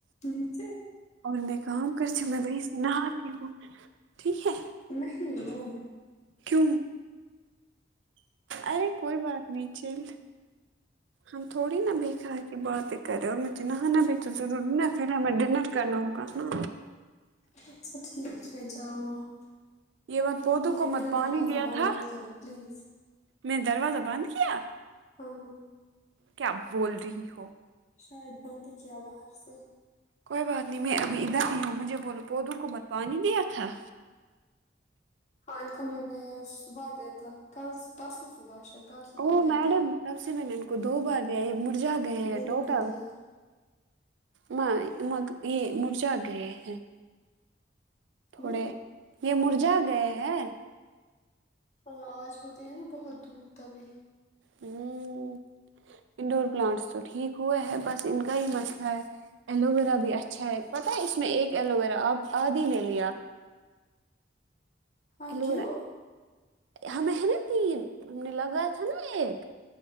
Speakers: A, on the left (about 40°); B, on the right (about 80°).
A: نیچے
B: اور میں کام کرتی ہوں میں وہیں سے نہاتی ہوں ٹھیک ہے
A: نہیں ہو
B: کیوں ارے کوئی بات نہیں چل ہم تھوڑی نا بیکار کی باتیں کرے رہے ہو اور مجھے نہ نا بھی تو ضرور نا پھر ہمیں ڈنر کرنا ہوگا نا
A: اچھا ٹھیک ہے جاؤ آپ
B: یہ بات پودوں
A: ٹھیک
B: کو
A: ہے
B: مت
A: میرا
B: پانی
A: دروازہ
B: دیا
A: بند
B: تھا
A: مت کرو پلیز
B: میں نے دروازہ بند کیا
A: ہاں
B: کیا بول رہی ہو
A: شاید بند ہی کیا باہر سے
B: کوئی بات نہیں میں ابھی ادھر ہی ہوں مجھے بولو پودوں کو مت پانی دیا تھا
A: ہاں ان کو میں نے صبح دیا تھا کل پرسوں صبح شاید کل صبح
B: او
A: دیا
B: میڈم
A: تھا
B: تب سے میں نے ان کو دو بار لیا یہ مرجا گئے ہیں
A: میں نے
B: ٹوٹل
A: بھی دیا
B: مائی مگ یہ مرجا گئے ہیں تھوڑے
A: ہوں
B: یہ مرجا گئے ہیں
A: ہاں آج ہوتی ہے نا بہت دھوپ تبھی
B: ہمم انڈور پلانٹس تو ٹھیک ہوا ہے بس ان کا ہی مسئلہ ہے ایلویرا بھی اچھا ہے پتہ ہے اس میں ایک ایلوویرا آپ آد ہی نے لیا
A: ہاں
B: ایلو
A: کیوں
B: ویرا ہمیں ہے نا تین ہم نے لگایا تھا نا ایک